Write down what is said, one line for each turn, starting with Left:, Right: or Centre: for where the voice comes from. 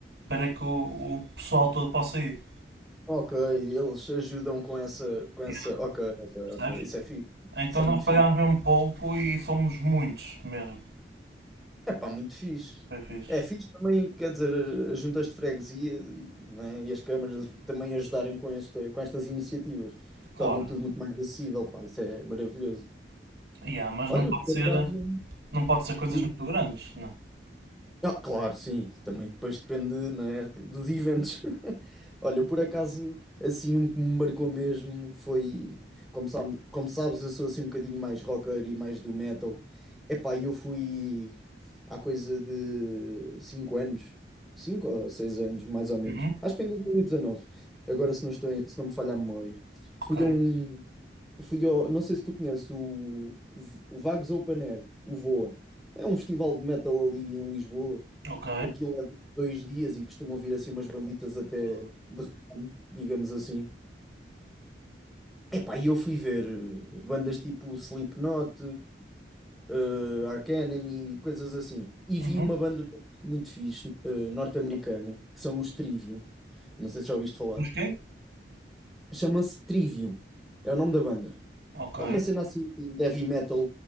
Right: para que o, o pessoal todo possa ir,
Centre: Ok, eles ajudam com essa, com essa.
Right: Yeah,
Centre: Ok, ok,
Right: percebes?
Centre: ok. Isso é fixe.
Right: Então
Centre: Isso é
Right: nós
Centre: muito
Right: pagámos
Centre: fixe.
Right: mesmo pouco e fomos muitos mesmo.
Centre: É pá, muito fixe.
Right: Foi fixe.
Centre: É fixe também, quer dizer, as juntas de freguesia e, né, e as câmaras também ajudarem com, esta, com estas iniciativas.
Right: Claro.
Centre: Torna tudo muito mais acessível, pá. Isso é maravilhoso.
Right: Yeah, mas
Centre: Olha,
Right: não pode
Centre: por
Right: ser,
Centre: acaso.
Right: não pode ser coisas
Centre: diz,
Right: muito
Centre: diz.
Right: grandes, não.
Centre: Ah, claro, sim. Também depois depende, né, dos eventos. <laughs> Olha, eu, por acaso, assim, um que me marcou mesmo foi. Como sabes, como sabes, eu sou assim um bocadinho mais rocker e mais do metal. Epá, e eu fui há coisa de 5 anos, 5 ou 6 anos, mais ou menos.
Right: Uhum.
Centre: Acho que foi em 2019. Agora, se não estou, em- se não me falha a memória.
Right: Ok.
Centre: Fui a um. Fui ao, não sei se tu conheces o, o Vagos Open Air, o VOA. É um festival de metal ali em Lisboa
Right: Ok.
Centre: que aquilo é de dois dias e costumam vir assim umas banditas até de ramo, digamos assim. Epá, e eu fui ver eh, bandas tipo Slipknot, eh, Arch Enemy, coisas assim. E
Right: Uhum.
Centre: vi uma banda muito fixe, eh, norte-americana, que são os Trivium. Não sei se já ouviste falar.
Right: Busquei?
Centre: Chama-se Trivium. É o nome da banda.
Right: Ok.
Centre: É uma cena assim de heavy metal